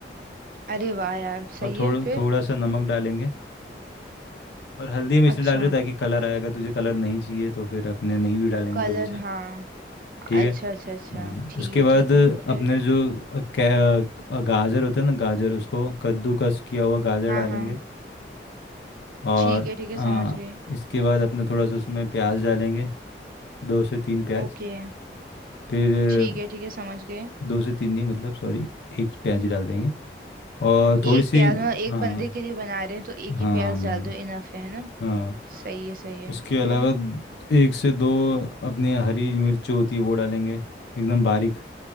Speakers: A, on the right; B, on the left.
A: अरे वाह यार सही
B: और थोड़ा
A: है फिर
B: थोड़ा सा नमक डालेंगे और हल्दी हम इसलिए
A: अच्छा
B: डाल रहे हैं ताकि कलर आएगा तुझे कलर नहीं चाहिए तो फिर अपने नहीं भी डालेंगे
A: कलर
B: तो भी चल
A: हाँ
B: ठीक
A: अच्छा
B: है
A: अच्छा अच्छा
B: हम्म,
A: ठीक
B: उसके
A: है
B: बाद
A: ठीक है फिर
B: अपने जो अ, कै- अ, गाजर होता है ना गाजर उसको कद्दूकस किया हुआ गाजर
A: हाँ
B: डालेंगे
A: हाँ
B: और
A: ठीक है ठीक है
B: हाँ
A: समझ गए
B: इसके बाद अपने थोड़ा सा उसमें प्याज डालेंगे दो से तीन प्याज
A: ओके
B: फिर
A: ठीक है ठीक है समझ गए
B: दो से तीन नहीं मतलब सॉरी एक प्याज ही डाल देंगे और थोड़ी
A: एक
B: सी
A: प्याज मतलब एक
B: हाँ
A: बंदे के लिए बना रहे हैं तो एक
B: हाँ
A: ही प्याज डाल दो इनफ है ना
B: हाँ
A: सही है सही है
B: उसके
A: फिर
B: अलावा एक से दो अपने हरी मिर्च जो होती है वो डालेंगे एकदम बारीक